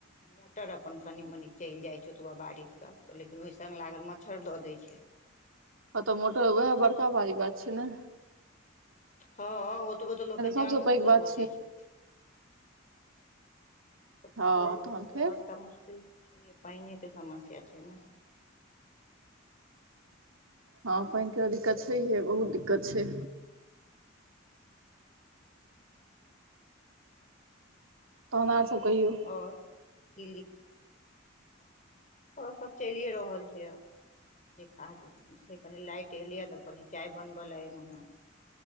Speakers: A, on the left; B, on the right.
A: मोटर अपन कनि-मनी चैल जाय छै। ओतबा बारिश सँ तऽ लेकिन ओय संग लागल मच्छर दऽ दै छै।
B: हां तऽ मोटर उहाए बड़का भारी बात छै नै।
A: हां ओतबो तऽ लोकके
B: सभसँ
A: जान वही
B: पैघ
A: से
B: बात
A: बचै छै। सबसे
B: हँ
A: पैघ
B: तहन
A: सबसे
B: फेर
A: बड़का मुश्किल छै या पेएने के समस्या छै नै।
B: हां पेएन के दिक्कत छैहिये बहुत दिक्कत छै।
A: हुं।
B: तहन आर सब कहियौ
A: और किलिक और सब चलिये रहल छै आब। जे काज से कनि लाइट एलैया तऽ कनि चाय बनबय ला एलु हेँ।